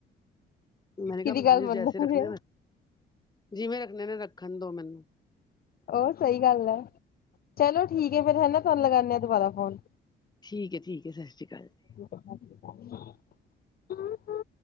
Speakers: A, on the left (about 20°); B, on the left (about 50°).
A: ਮੈ
B: ਕਿਹਦੀ
A: ਨੇ ਕਹਾ ਜਿਵੇ
B: ਗੱਲ ਮੰਨੂਗੇ
A: ਜੈਸੇ ਰੱਖਣੇ ਨ, ਜਿਵੇਂ ਰੱਖਣੇ ਨੇ ਮੈਨੂੰ ਰੱਖਣ ਦੋ ਮੈਨੂੰ
B: ਓ ਸਹੀ ਗੱਲ ਐ, ਚਲੋ ਠੀਕ ਏ ਫੇਰ ਹਨਾ ਤੁਆਨੂੰ ਲਗਾਨੇ ਆ ਦੁਬਾਰਾ ਫੋਨ।
A: ਠੀਕ ਏ, ਠੀਕ ਏ ਸਸ ਰੀ ਕਾਲ ਜੀ।
B: <inaudible>